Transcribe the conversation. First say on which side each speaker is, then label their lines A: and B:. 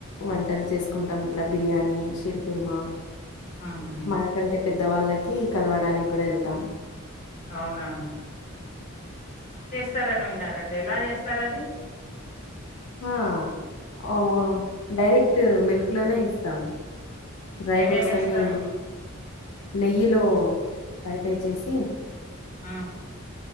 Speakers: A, on the left (about 85°); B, on the left (about 35°).
A: వంట్ టల్ చేసుకుంటాం ఇట్ల బిర్యానీ సిర్కుర్మా
B: ఉమ్ ఉమ్.
A: మనకంటే పెద్దవాళ్ళకి కలవడానికి గుడ వెళ్తాం.
B: అవునా స్తారని వినండి ఎలా చేస్తారు, అది
A: అ ఓ డైరెక్ట్ మిల్క్ లోనే ఎస్తాము, డ్రై
B: ఏమేమి
A: ఫ్రూట్స్
B: వేస్తారు
A: అన్ని నెయ్యిలో ఫ్రై ఫ్రై చేసి
B: అ